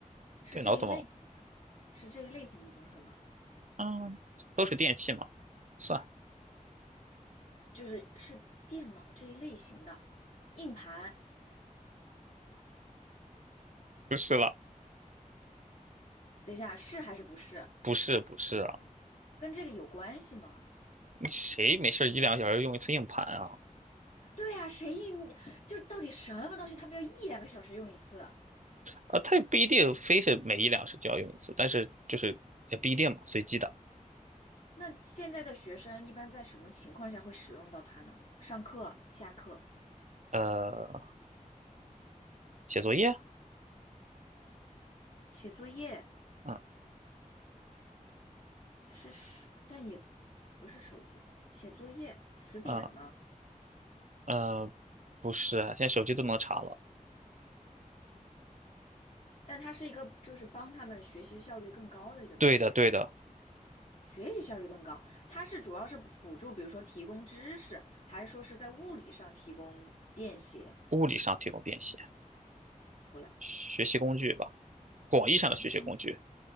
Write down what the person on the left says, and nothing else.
是这一类型的，
是这一类型的东西吗？
就是是电脑这一类型的硬盘。
等一下，是还是不是？
跟这个有关系吗？
对呀、谁硬就到底什么东西他们要一两个小时用一次？
那现在的学生一般在什么情况下会使用到它呢？上课、下课、
写作业
是是，但也也不是手机，写作业、词典吗？
但它是一个就是帮他们学习效率更高的一个东西，
学习效率更高。它是主要是辅助，比如说提供知识，还是说是在物理上提供便携？
服了，
学习工具，